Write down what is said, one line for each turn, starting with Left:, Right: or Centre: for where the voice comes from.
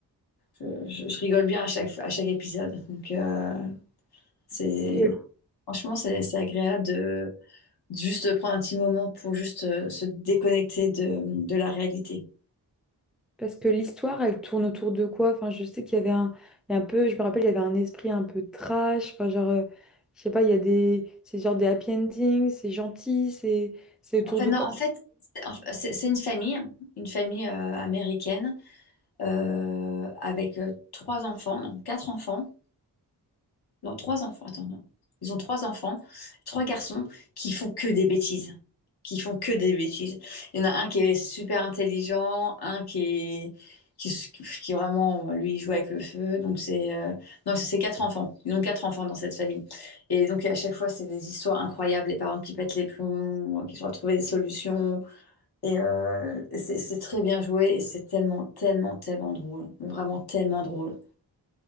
Left: je, je- je rigole bien à chaque, à chaque épisode. Donc, euh, c'est,
Centre: que-
Left: franchement, c'est, c'est agréable de de juste prendre un petit moment pour juste euh, se déconnecter de, de la réalité.
Centre: Parce que l'histoire, elle tourne autour de quoi? Enfin, je sais qu'il y avait un, il y a un peu, je me rappelle, il y avait un esprit un peu trash. Enfin, genre, euh, je sais pas, il y a des, c'est genre des happy endings, c'est gentil, c'est, c'est autour
Left: En fait,
Centre: de
Left: non,
Centre: quoi?
Left: en fait, c'est en c'est- c'est une famille, une famille euh, américaine euh, avec euh, trois enfants, non, quatre enfants, non, trois enfants, attends, non. Ils ont trois enfants, trois garçons qui font que des bêtises, qui font que des bêtises. Il y en a un qui est super intelligent, un qui est, qui, s- qui vraiment, lui, joue avec le feu. Donc, c'est, euh, non, c'est c'est quatre enfants. Ils ont quatre enfants dans cette famille. Et donc, à chaque fois, c'est des histoires incroyables, les parents qui pètent les plombs, euh, qui doivent trouver des solutions. Et euh, c'est c'est très bien joué et c'est tellement, tellement, tellement drôle. Vraiment tellement drôle.